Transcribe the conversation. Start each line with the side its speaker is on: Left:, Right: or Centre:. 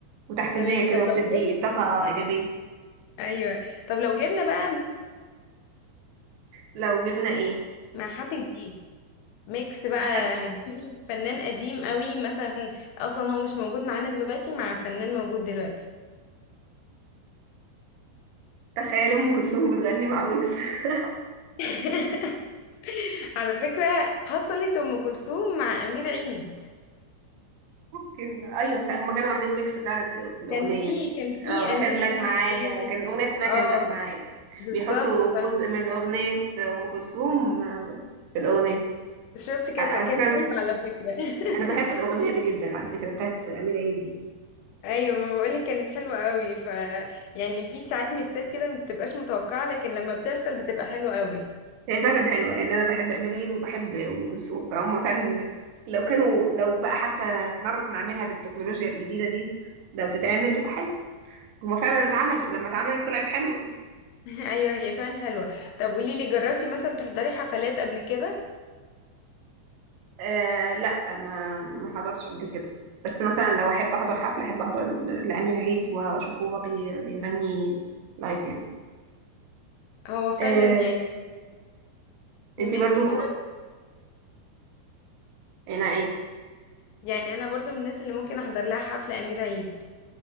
Right: وتحفيزية
Left: تمام
Right: كده
Left: طب
Right: وبتدي
Left: لو جبنا
Right: طاقة إيجابية
Left: ايوه طب لو جبنا بقى
Right: لو جبنا إيه
Left: مع حد جديد ميكس بقى
Right: أحد
Left: هتجيبي فنان قديم قوي مثلا اصلا هو مش موجود معانا دلوقتي مع فنان موجود دلوقتي
Right: تخيل أم كلثوم بتغني مع ويجز <laughs>
Left: <laughs> على فكرة حصلت ام كلثوم مع امير عيد
Right: كان أيوة فهم كانوا عاملين ميكس فعلا في, في الأغنية
Left: كان في كان في
Right: اه كان
Left: امير
Right: لك
Left: عيد
Right: معايا
Left: موجود
Right: كان الأغنية اسمها كان
Left: اه
Right: لك معايا
Left: بالظبط
Right: بيحطوا
Left: بقى
Right: جزء من أغنية أم كلثوم في الأغنية
Left: شفتي كانت
Right: ع-
Left: كانت
Right: على فكرة
Left: حلوه على فكرة
Right: أنا بحب
Left: <laughs>
Right: الأغنية دي جدا على فكرة بتاعت أمير عيد دي
Left: ايوه ما بقولك كانت حلوه قوي ف يعني في ساعات ميكسات كده ما بتبقاش متوقعه لكن لما بتحصل بتبقى حلوه قوي
Right: هي فعلا حلوة يعني أنا بحب أمير عيد وبحب أم كلثوم فهم فعلا لو كانوا لو بقى حتى نعرف نعملها بالتكنولوجيا الجديدة دي لو تتعمل تبقى حلوة هما فعلا اتعملت ولما اتعملت طلعت حلوة
Left: <laughs> ايوه هي فعلا حلوه طب قولي لي جربتي مثلا تحضري حفلات قبل كده
Right: آه لا ما ما حضرتش قبل كده بس مثلا لو أحب أحضر حفلة أحب أحضر ل- لأمير عيد وأشوفه هو بي بيغني لايف يعني
Left: هو فعلا
Right: آه
Left: يعني من
Right: انتي برضو
Left: فعلا
Right: هنا ايه
Left: يعني انا برضو من الناس اللي ممكن احضر لها حفله امير عيد